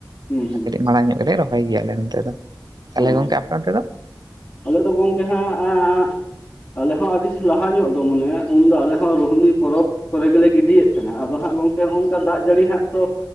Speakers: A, on the left; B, on the right.
A: ᱦᱩᱸ ᱦᱩᱸ
B: ᱠᱟᱹᱴᱤᱡ ᱢᱟᱲᱟᱝ ᱧᱚᱜ ᱨᱮ ᱨᱚᱦᱚᱭ ᱜᱮᱭᱟᱞᱮ ᱱᱚᱛᱮ ᱫᱚ ᱛᱟᱞᱦᱮ ᱜᱚᱝᱠᱮ
A: ᱚ
B: ᱟᱯᱮ ᱚᱸᱛᱮᱫᱚ?
A: ᱟᱞᱮ ᱫᱚ ᱜᱚᱢᱠᱮ ᱦᱟᱸᱜ ᱟᱸᱻ ᱟᱞᱮ ᱦᱚᱸ ᱟᱹᱰᱤ ᱞᱟᱦᱟ ᱧᱚᱜ ᱫᱚ ᱢᱟᱱᱮ ᱩᱱᱫᱚ ᱟᱞᱮ ᱦᱚᱸ ᱨᱩᱦᱱᱤ ᱯᱚᱨᱚᱵᱽᱼᱼ ᱠᱚᱨᱮ ᱜᱮᱞᱮ ᱜᱤᱰᱤᱭᱮᱫ ᱛᱟᱦᱮᱱᱟ ᱟᱫᱚ ᱦᱟᱸᱜ ᱜᱚᱝᱠᱮ ᱱᱚᱜ ᱱᱚᱝᱠᱟ ᱫᱟᱜ ᱡᱟᱹᱲᱤ ᱦᱟᱸᱜ ᱛᱚᱼᱼ